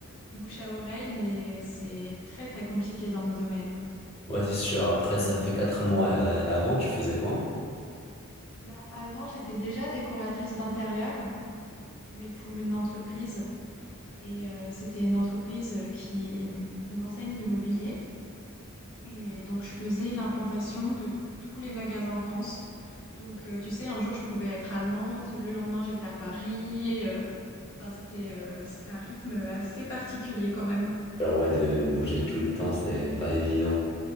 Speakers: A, on the left (about 60°); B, on the left (about 25°).
A: bouche à oreille, mais c'est très très compliqué dans mon domaine.
B: Ouais, c'est sûr. Après, ça fait quatre mois. Euh, Avant, tu faisais quoi?
A: Bah, avant, j'étais déjà décoratrice d'intérieur, mais pour une entreprise. Et euh, c'était une entreprise euh, qui, une enseigne de mobilier. Et donc, je faisais l'implantation de tous les magasins de France. Donc, euh, tu sais, un jour, je pouvais être à Nantes, le lendemain, j'étais à Paris. euh, Enfin, c'était euh, c'était un rythme assez particulier quand même.
B: Genre, ouais, de bouger tout le temps, c'est pas évident.